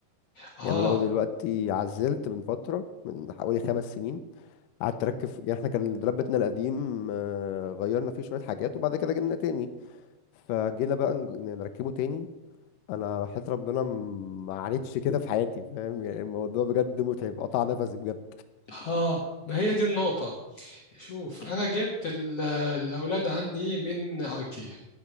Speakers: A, on the left; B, on the left.
A: اه
B: يعني لو دلوقتي عزلت من فتره من حوالي خمس سنين قعدت اركب يعني احنا كان الدولاب بتاعنا القديم آه، غيرنا فيه شويه حاجات وبعد كده جبنا تاني فجينا بقى ن- نركبه تاني انا وحياة ربنا ما عانيتش كده في حياتي فاهم يعني الموضوع بجد متعب قطع نفسي بجد
A: اه ما هي دي النقطة شوف انا جبت ال- الاولاد عندي من ايكيا